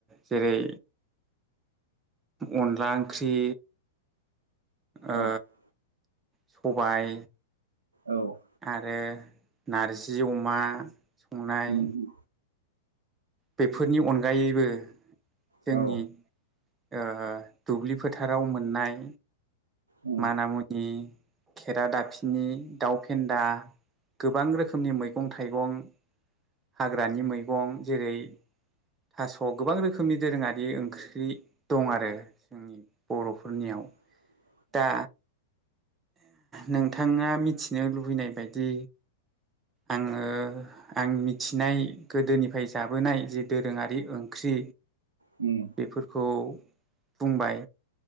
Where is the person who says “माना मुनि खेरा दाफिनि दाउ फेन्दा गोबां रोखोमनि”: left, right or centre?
Right